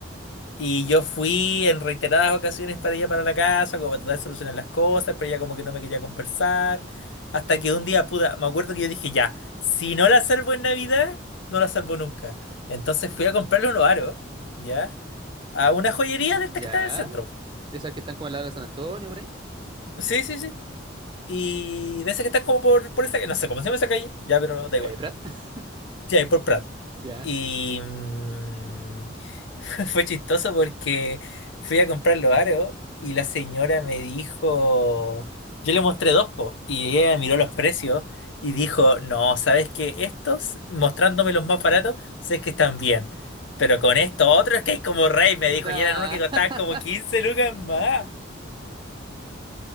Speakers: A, on the left; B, on the right.
A: Y yo fui en reiteradas ocasiones para ella para la casa, como para tratar de solucionar las cosas, pero ella como que no me quería conversar. Hasta que un día, puta, me acuerdo que yo dije, ya, si no la salvo en Navidad, no la salvo nunca. Entonces fui a comprarle unos aros, ¿ya? A una joyería de
B: ya.
A: estas que está en el centro.
B: De esas que están como al lado de la San Antonio, por ahí.
A: Sí, sí, sí. Y de esas que están como por, por esa, no sé cómo se llama esa calle, ya, pero da igual.
B: Eh, Prat. <laughs>
A: Sí, ahí por Prat.
B: Ya.
A: Y... mm, <laughs> Fue chistoso porque fui a comprar los aros y la señora me dijo, yo le mostré dos, po, y ella miró los precios y dijo, no, ¿sabes qué? Estos, mostrándome los más baratos, sé que están bien, pero con estos otros que hay como rey, me
B: Nah.
A: dijo, y eran uno que costaban
B: <laughs>
A: como 15 lucas más,